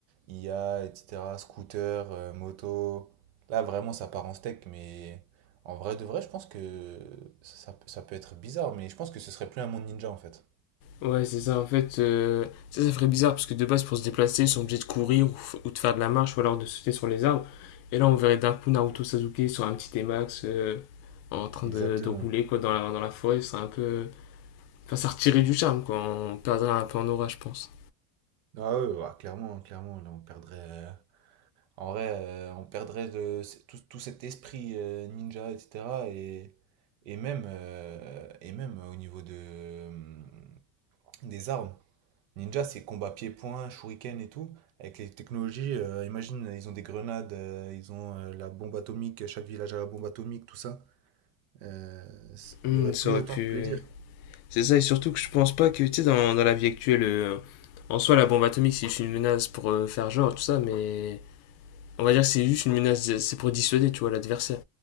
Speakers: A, on the right; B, on the left.
A: IA, etc., scooter, euh, moto. Là, vraiment, ça part en steak, mais en vrai de vrai, je pense que ça, ça peut être bizarre, mais je pense que ce serait plus un monde ninja en fait.
B: Ouais, c'est ça. En fait, euh, ça, ça ferait bizarre parce que de base, pour se déplacer, ils sont obligés de courir ou, f- ou de faire de la marche ou alors de sauter sur les arbres. Et là, on verrait d'un coup Naruto Sasuke sur un petit T-Max euh, en train
A: Exactement.
B: de, de rouler quoi, dans la, dans la forêt. C'est un peu. Enfin, ça retirait du charme quoi. On perdrait un peu en aura, je pense.
A: Ah ouais, ouais, clairement, clairement, là on perdrait. euh, en vrai, euh, on perdrait de, c'est- tout, tout cet esprit euh, ninja, etc. Et, et même, euh, et même au niveau de, euh, des armes. Ninja, c'est combat pied-point, shuriken et tout. Avec les technologies, euh, imagine, ils ont des grenades, euh, ils ont euh, la bombe atomique, chaque village a la bombe atomique, tout ça. Euh, c-
B: Hmm,
A: il y aurait
B: ça
A: plus
B: aurait
A: autant
B: pu.
A: de plaisir.
B: C'est ça, et surtout que je pense pas que, tu sais, dans, dans la vie actuelle, euh, en soi, la bombe atomique, c'est juste une menace pour euh, faire genre, tout ça, mais on va dire que c'est juste une menace, c'est pour dissuader, tu vois, l'adversaire.